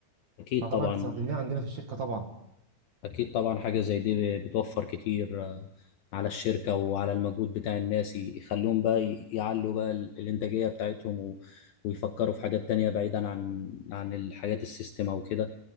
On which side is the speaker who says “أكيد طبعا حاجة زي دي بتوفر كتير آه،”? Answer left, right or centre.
Left